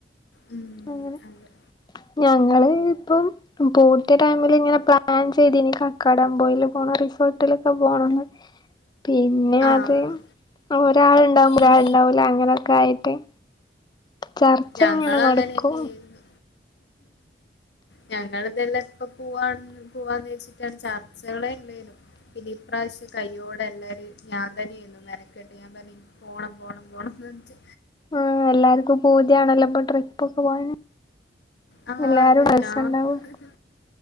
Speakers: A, on the left; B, on the left.
A: ഉം
B: അങ്ങനെ
A: അതെ
B: ഞങ്ങള് ഇപ്പം പൂട്ടിയ ടൈമ ഇങ്ങനെ പ്ലാൻ ചെയ്തി കക്കാട അമ്പോയിൽ പോണം റിസോർട്ടിലൊക്കെ പോണംന്ന് പിന്നെ
A: ആഹ്
B: അത് ഒരാൾുണ്ടാവുമ്പോ ഒരാളണ്ടാവല
A: ഉം
B: അങ്ങനെയൊക്കെ ആയിട്ട്- ചർച്ച
A: ഞങ്ങളും
B: ഇങ്ങനെ നടക്കും
A: അങ്ങനെ തന്നെയായിരുന്നു ഞങ്ങള ഇതെല്ലാം ഇപ്പ പോവാണ പോവാന്ന് വെദച്ചിട്ടാണ് ചർച്ചകള് തന്നേയിരുന്നു പിന്നെ ഇപ്രാവശ്യം കയോടെ എല്ലാരും ഞാൻ തന്നെയുന്നു മെനക്കെട്ട് ഞാൻ പറഞ്ഞ- പോണം പോണം പോണം ന്ന് ഞ്ഞിട്ട്
B: ആഹ എല്ലാർക്കും പൂതിയാണല്ലോ ഇപ്പൊ ട്രിപ്പ ഒക്കെ പോകാന്
A: ആ
B: എല്ലാരും
A: അതെ
B: രസുണ്ടാവും
A: ഞാൻ